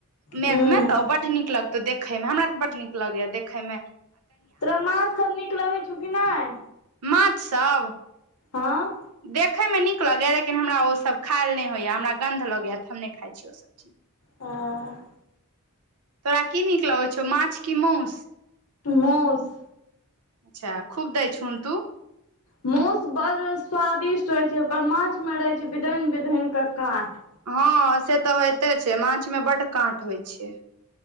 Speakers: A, on the right; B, on the left.
A: मेघ
B: हूँ
A: मे तऽ ओ बड नीक लगतौ देखै में, हमरा तऽ बड नीक लगैया देखैय में।
B: तोरा माछ सब नीक लगै छौ कि नहि?
A: माछ सब?
B: हँ।
A: देखयमे नीक लगैयए लेकिन हमरा ओसभ खायल नहि होइएा हमरा गन्ध लगैये त हम नहि खाइ छी ओसभ चीज।
B: हां।
A: तोरा की नीक लगै छौ माछ की माउस?
B: माउस।
A: अच्छा खूब दै छहुन तू।
B: माउस बड़ स्वादिष्ट होय छै, माछ में रहे छै विधइन विधइन के कांट।
A: हँ से तऽ होइते छै माछ मे बड काँट होइत छै।